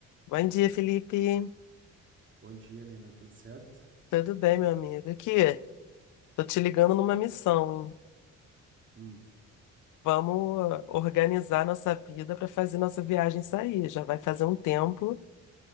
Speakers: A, on the left; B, on the right.
A: Bom dia, Felipe.
B: Bom dia, Nina. Tudo certo?
A: Tudo bem, meu amigo? Aqui, tô te ligando numa missão, hein?
B: Hum.
A: Vamos uh, organizar nossa vida para fazer nossa viagem sair. Já vai fazer um tempo